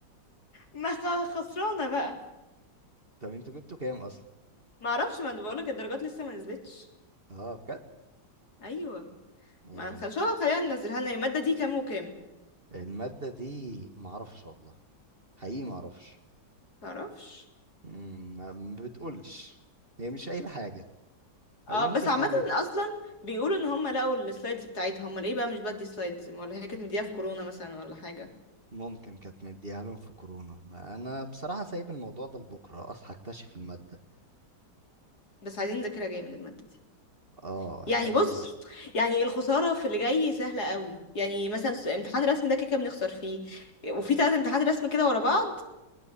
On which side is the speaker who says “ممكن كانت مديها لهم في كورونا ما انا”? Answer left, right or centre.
Right